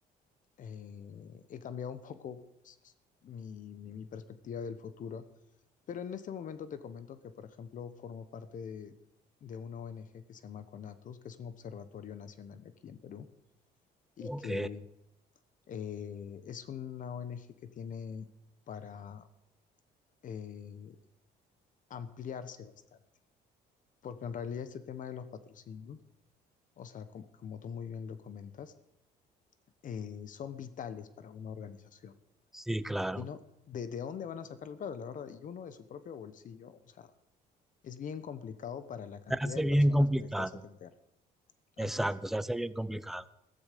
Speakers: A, on the left; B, in the centre.
A: eh, he cambiado un poco <laughs> s- mi, mi- mi perspectiva del futuro, pero en este momento te comento que, por ejemplo, formo parte de, de una ONG que se llama CONATUS, que es un observatorio nacional aquí en Perú, y
B: Ok,
A: que eh, es una ONG que tiene para eh, ampliarse bastante, porque en realidad este tema de los patrocinios, o sea, como, como tú muy bien lo comentas, eh, son vitales para una organización.
B: sí, claro.
A: sino de, de dónde van a sacar el plata, la verdad, y uno de su propio bolsillo, o sea, es bien complicado para la cantidad
B: Se hace
A: de personas
B: bien complicado.
A: que deseas atender. Así
B: Exacto,
A: es,
B: se hace bien complicado.